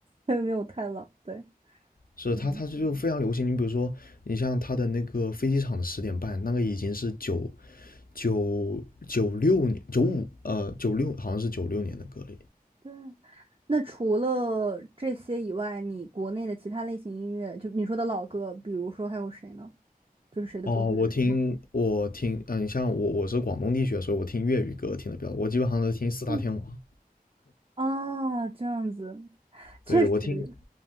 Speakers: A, on the right (about 35°); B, on the left (about 70°).
A: <laughs> 没有太老，对，
B: 是他他就非常流行。
A: 嗯，
B: 你比如说，你像他的那个飞机场的十点半，那个已经是九九九六年九五呃九六好像是九六年的歌了。
A: 对。那除了这些以外，你国内的其他类型音乐，就你说的老歌，比如说还有谁呢？就是谁的歌或者是什么歌？
B: 哦，我听我听，嗯、你像我我是广东地区的，所以我听粤语歌听的比较多，我基本上都听四大天王。
A: 嗯，啊，这样子，确实，
B: 对，我听